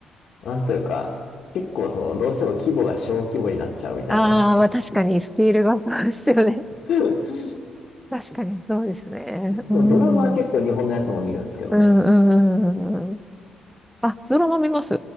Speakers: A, on the left; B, in the centre.
A: なんというか、結構その、どうしても規模が小規模になっちゃうみたいな。
B: ああ、まあ確かに、スピールがそうですよね。
A: <laughs>
B: <laughs> 確かにそうですね。うん。
A: ドラマは結構日本のやつも見るんですけどね。
B: うんうんうん。あ、ドラマ見ます